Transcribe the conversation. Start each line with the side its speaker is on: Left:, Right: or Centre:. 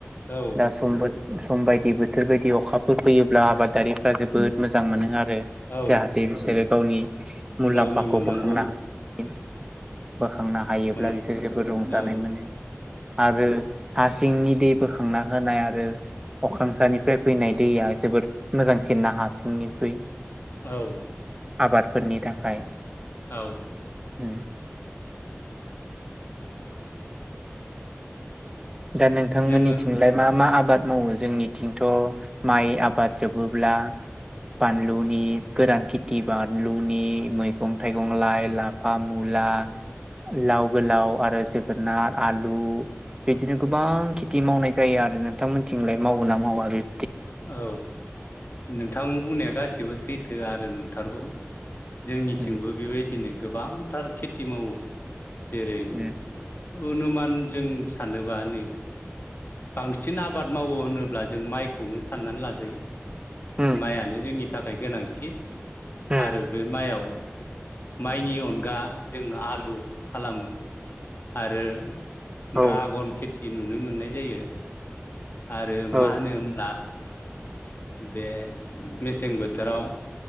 Left: औ
Right: दा समबो। समबायदि। दि बोथोर बायदि अखाफोर फैयोब्ला आबादारिफ्रा जोबोद मोजां मोनो आरो। रो
Left: औ
Right: जाहाथे बिसोरो गावनि मुलाम्फाखौ
Left: गावनि मोननांगौ
Right: बोखांनो ह बोखांनो हायोब्ला
Left: मोन
Right: बिसोर जोबोद रंजानाय
Left: औ
Right: मोनो। आरो हारसिंनि दे बोखांना होनाय आरो। अख्रांसानिफ्राय फैनाय दैया जोबोद मोजांसिनना हा सिंनि फै
Left: औ
Right: आबाद। फोरनि थाखाय।
Left: औ।
Right: उम। दा नोंथांमोननिथिंलाय
Left: जोङो
Right: मा मा आबाद मावो? जोंनिथिंथ' माइ आबाद जोबोब्ला बानलुनि गोरान खेथि बानलुनि मैगं थाइगं लाइ लाफा मुला लाव गोलाव आरो जोगोनार आलु बिदिनो गोबां खेथि मावनाय जायो आरो नोंथांमोनथिंलाय मावोना मावा बे
Left: औ नोंथां बुंनाया गासि सिबो सैथो आरो नोंथारगौ। जोंनिथिंबो
Right: उम
Left: बिबायदिनो गोबांथार खेथि मावो। जेरै
Right: उम
Left: अनुमान जों सानोबा नै बांसिन आबाद मावो होनो ब्ला जों माइखौनो सा साननानै लाजायो।
Right: उम
Left: माइआनो जोंनि नि थाखाय गोनांथि।
Right: उम
Left: आरो बे माइयाव माइनि अनगा जों आलु खालामो आरो
Right: औ
Left: द्रागन खि थि नुनो मोननाय जायो। आरो
Right: औ
Left: मा होनो होमब्ला बे मेसें बोथोराव